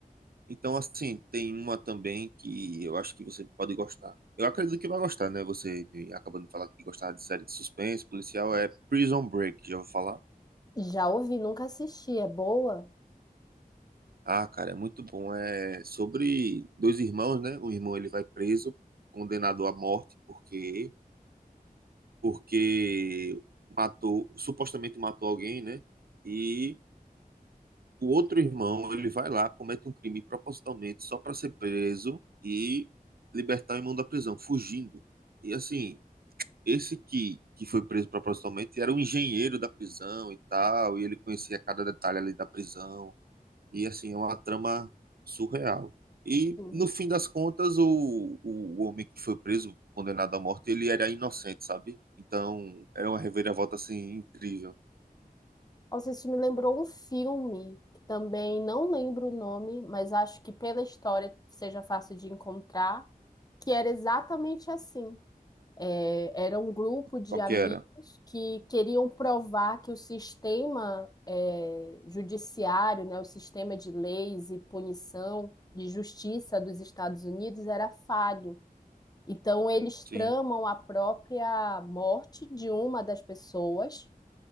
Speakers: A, on the right; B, on the left.
A: Então, assim, tem uma também que eu acho que você pode gostar. Eu acredito que vai gostar, né? Você me acabou de falar que gostava de série de suspense policial, é Prison Break, já ouviu falar?
B: Já ouvi, nunca assisti. É boa?
A: Ah, cara, é muito bom. É sobre dois irmãos, né? Um irmão ele vai preso, condenado à morte porque porque matou, supostamente matou alguém, né? E o outro irmão, ele vai lá, comete um crime propositalmente só para ser preso e libertar o irmão da prisão, fugindo. E assim, esse que, que foi preso propositalmente era um engenheiro da prisão e tal, e ele conhecia cada detalhe ali da prisão. E assim, é uma trama surreal. E
B: Uhum.
A: no fim das contas, o, o homem que foi preso, condenado à morte, ele era inocente, sabe? Então, era uma reviravolta assim incrível.
B: Nossa, isso me lembrou um filme que também não lembro o nome, mas acho que pela história seja fácil de encontrar, que era exatamente assim. É, era um grupo de
A: Qual
B: amigos
A: que era?
B: que queriam provar que o sistema é, judiciário, né, o sistema de leis e punição de justiça dos Estados Unidos era falho. Então, eles tramam
A: Sim.
B: a própria morte de uma das pessoas